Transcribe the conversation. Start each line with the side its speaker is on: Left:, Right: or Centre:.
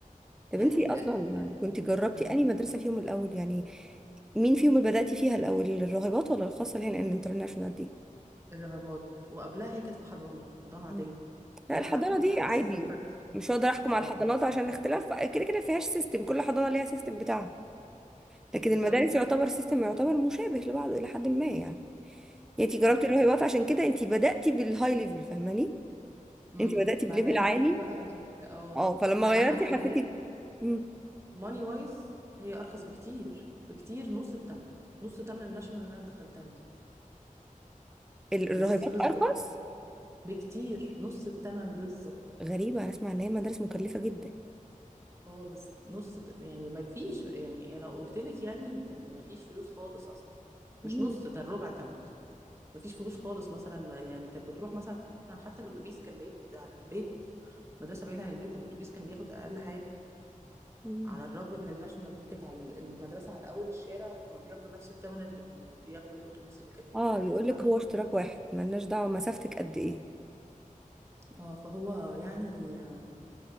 Centre: طب
Right: يعني
Centre: انتي اصلا
Right: آه، يعني
Centre: كنت جربتي
Right: فاهمه
Centre: انهي مدرسة فيهم الاول يعني مين فيهم اللي بدأتي فيها الاول الراهبات ولا الخاصة اللي هي الانترناشونال دي
Right: الرهبات وقبلها هي كانت في حضانه حضانه عاديه
Centre: مم. لا
Right: فانا
Centre: الحضانة دي
Right: حسيت
Centre: عادي
Right: بالفرق
Centre: مش هقدر احكم على
Right: اه
Centre: الحضانات عشان اختلاف كده كده فيهاش سيستم كل حضانة ليها سيستم بتاعها لكن
Right: بالظبط
Centre: المدارس يعتبر سيستم يعتبر مشابه لبعضه الى حد ما يعني يعني انت جربتي
Right: اه
Centre: الرهيبات عشان كده انت بدأتي بالهاي ليفل فاهماني
Right: امم
Centre: انت بدأتي بليفل
Right: بعدها نزلت
Centre: عالي
Right: بقى لل... اه
Centre: اه فلما
Right: مع
Centre: غيرتي
Right: انها خلي
Centre: حسيتي
Right: بالك
Centre: مم.
Right: ماني وايز هي ارخص بكتير بكتير نص الثمن نص الثمن الناشونال اللي انا دخلتها دي
Centre: ال- الرهيبات
Right: نص بالظبط
Centre: ارخص
Right: بكتير نص الثمن بالظبط
Centre: غريبة انا اسمع ان هي مدارس مكلفة جدا
Right: خالص نص ت- يعني ما فيش يعني لو قلت لك يعني كان ما فيش فلوس خالص اصلا مش
Centre: مم.
Right: نص ده الربع ثمن ما فيش فلوس خالص مثلا ما يعني كانت بتروح مثلا حتى الاتوبيس كان بعيد عن البيت مدرسه بعيده عن البيت الاتوبيس كان بياخد اقل حاجه
Centre: مم.
Right: على الرغم من الناشونال دي كانت على المدرسة على أول الشارع وكانوا بياخدوا نفس الثمن اللي بي... بياخدوا الأتوبيس اللي كان بعيد
Centre: اه
Right: عن البيت
Centre: يقول
Right: فاهمة؟
Centre: لك هو اشتراك واحد ملناش دعوة مسافتك قد ايه
Right: اه فهو يعني آه،